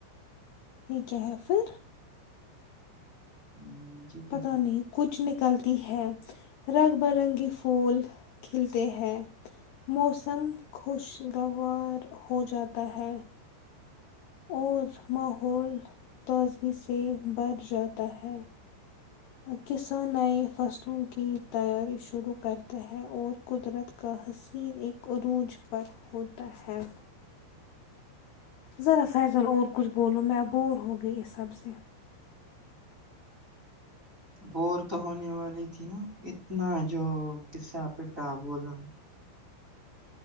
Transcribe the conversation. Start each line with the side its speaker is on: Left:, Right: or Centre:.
Left: یے کیا ہے پھر
Right: مجھے کیا
Left: پتہ
Right: پتا
Left: نہیں کچھ نکلتی ہے رنگ برنگی پھول کھلتے ہیں موسم خوشگوار ہو جاتا ہے اور ماحول تازگی سے بھر جاتا ہے کسان نئے فصلوں کی تیاری شروع کرتے ہیں اور قدرت کا حسین ایک عروج پر ہوتا ہے ذرا فیضل اور کچھ بولو میں اب بور ہو گئی اس سب سے
Right: بور تو ہونے والی تھی نہ اتنا جو گسا پٹا بولا